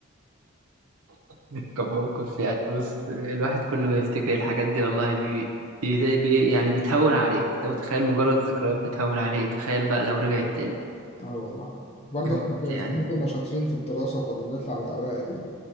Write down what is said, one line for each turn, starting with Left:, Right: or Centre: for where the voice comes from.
Right: <laughs> كان موقف يعني بص الواحد كل ما يفتكر الحاجات دي والله بي... بي... بي... يعني بتهون عليه انت متخيل مجرد ذكريات بتهون عليه تخيل بقى لو رجعت تاني
Left: اه والله برضه
Right: بجد
Left: احنا
Right: يعني
Left: زمان كنا شاطرين في الدراسة وكنا بنطلع من الأوائل